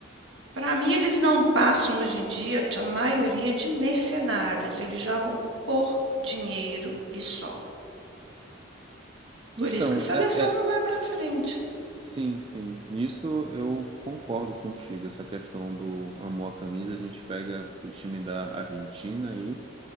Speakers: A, on the right; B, on the right.
A: para mim, eles não passam hoje em dia, de- a maioria, de mercenários. Eles jogam por dinheiro e só. Por
B: Então,
A: isso que a seleção
B: é, é-
A: não vai para frente.
B: Sim, sim. Nisso eu concordo contigo. Essa questão do amor à camisa, a gente pega o time da Argentina aí